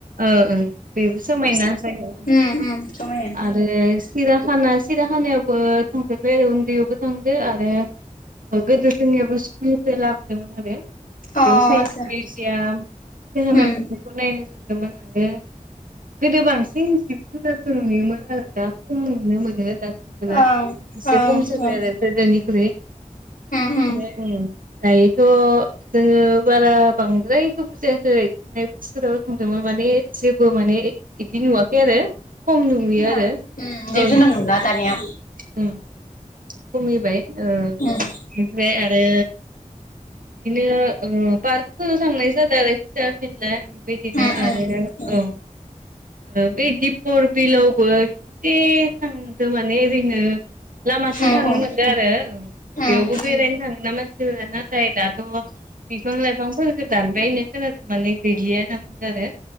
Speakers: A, on the right; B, on the left.
A: ओ ओ बेबो समायना जायगाया
B: उम उम समायना
A: आरो सिराखाना सिराखानायावबो थांफेरबाय आरो उन्दैयावबो थांदो आरो गोदो जोंनियाबो स्कुलनिफ्राय लाबोदोंमोन आरो बेयाव
B: अ आतसा
A: साइन्स मिउजियाम दाहाना
B: उम
A: बेफोरखौ नायनाय जादोंमोन आरो गोदो बांसिन जिब जुनारफोर नुयोमोन आरो दा खम नुनो मोनो दा थाला
B: ओं
A: एसे
B: ओं
A: खम जाबाय
B: ओं
A: आरो गोदोनिख्रुइ
B: उम उम
A: बेे ओं दायोथ' जोङो बारा बांद्राय गोबाव जायाखै थांनाय बोसोराव बुंदोंमोन माने जेबो माने बिदि नुवाखै आरो खम नुहैयो
B: जिब जुनार
A: आरो
B: उम
A: ओं जिब
B: नुला
A: जुनार
B: दानिया
A: उम खमिबाय ओ इनिफ्राय
B: उम
A: आरो बिदिनो ओ पार्कफोराव थांनाय जादो आरो फिसा फिनला। बिदिनो
B: उम
A: आरो
B: उम
A: औ बे दिपर बिलावबो खेबसे थांदो माने ओरैनो लामाथिं
B: उम
A: थांनो
B: उम
A: मोनदो आरो बेयावबो
B: उम
A: बेरायनो थाङोना मानसिफोरा दाना। फ्राय दाथ' बिफां लाइफांफोरखो दानबायनो खोनादों माने गैलिया होनना बुंदों आरो